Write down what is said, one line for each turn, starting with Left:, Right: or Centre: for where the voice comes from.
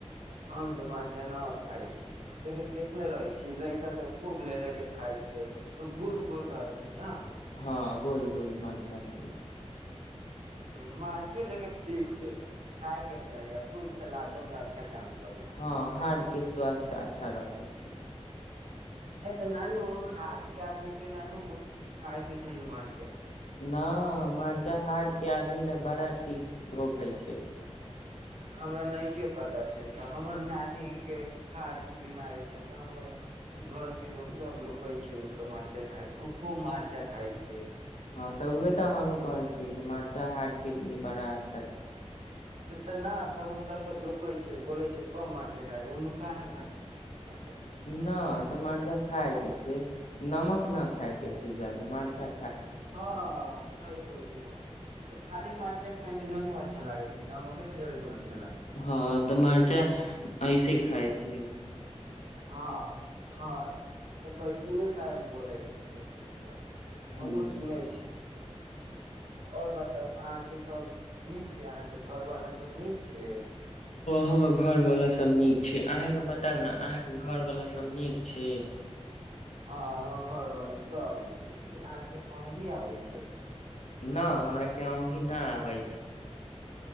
Right: हम तो मारचाना खाय छी लेकिन देखले रहै छी लइका सब खूब ले ले के खाय छै गोल गोल रहै छी ने
Left: हँ गोल गोल मरचा हो छै
Right: ह मारचो लेकिन ठीक छै खाय के चाही खूब सलादो मे अच्छा काम करै छै
Left: हँ
Right: ने
Left: हाड के स्वास्थ्य अच्छा रखा छै
Right: ए तऽ नानू हाथ के आदमी के नानू खायके चाही मर
Left: न मरचाहाट के आदमी ल बड़ा ठीक होखे छै <inaudible>
Right: हमरा नहि के पता छै तऽ हमर नीके हारके बिमारी छै तऽ हमर घरके लोक सभ लोक कहै छै हुनकर मरचा खायके ओ खूब मरचाइ खाइ छै
Left: हँ तऽ उहे तऽ हमहूँ कहै छी कि मर्चाहाटके ई बड़ा अच्छा
Right: से तऽ नहि तऽ हुनका सभ रोकै छै बोलै छै कम मर छै खाके ओ नु का नुका मरचा खाय
Left: न
Right: छै।
Left: तऽ मरिचा खाय के छै नमक ना खाय के छै जादा मरिचा
Right: हाँ सही बोलली अहाॅंके खाली मर्चा खाय मे ननू अच्छा लागे छै नमक जरुरी होइछे
Left: हँ तऽ मरचा ऐसे खाइ छी
Right: हँ हँ तऽ कइ उहे कारण बोलै होइ छ हमु
Left: हँ
Right: सुनै छी ओर बताउ अहाँके सब नीक छै अहाँके घर वाला सब नीक छै
Left: हमर घर वाला सब नीक छै अहाँके बताउ ने अहाँके घर वाला सब नीक छै
Right: हँ हमर घरवाला सभ नीक छै की अहाँके अउघी आबै छै
Left: न हमरा के अउंघी न होइ छै